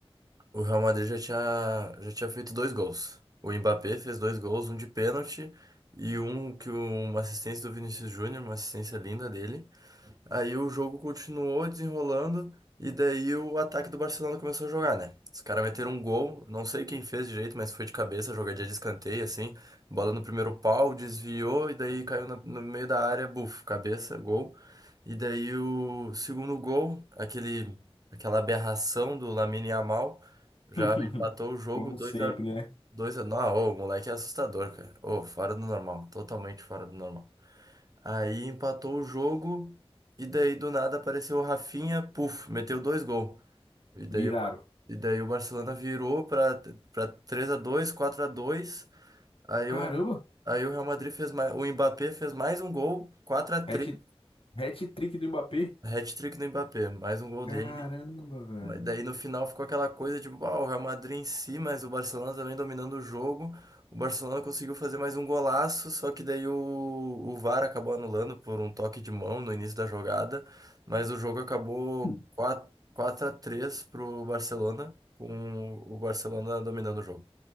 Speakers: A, on the right; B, on the left.
A: O Real Madrid já tinha, já tinha feito dois gols. O Mbappé fez dois gols, um de pênalti e um que o- uma assistência do Vinícius Júnior, uma assistência linda dele. Aí o jogo continuou desenrolando e daí o ataque do Barcelona começou a jogar, né? Os caras meteram um gol, não sei quem fez direito, mas foi de cabeça, jogadinha de escanteio, assim. Bola no primeiro pau, desviou e daí caiu na- no meio da área, buf, cabeça, gol. E daí o segundo gol, aquele, aquela aberração do Lamine Yamal, já
B: <laughs>
A: empatou o jogo
B: Como
A: dois
B: sempre,
A: a
B: né?
A: dois. a, não, ô, o moleque é assustador, cara. Ô, fora do normal, totalmente fora do normal. Aí empatou o jogo e daí do nada apareceu o Rafinha, puf, meteu dois gols. E daí
B: Viraram.
A: o, e daí o Barcelona virou para para três a dois quatro a dois Aí
B: Caramba,
A: o Real- aí o Real Madrid fez mais, o Mbappé fez mais um gol, quatro a três
B: hat, hat-trick do Mbappé.
A: hat-trick do Mbappé, mais um gol
B: Caramba,
A: dele.
B: velho.
A: Mas daí no final ficou aquela coisa tipo, ah, o Real Madrid em si, mas o Barcelona também dominando o jogo. O Barcelona conseguiu fazer mais um golaço, só que daí o, o VAR acabou anulando por um toque de mão no início da jogada. Mas o jogo acabou
B: Hum.
A: 4 4 a 3 pro Barcelona, com o Barcelona dominando o jogo.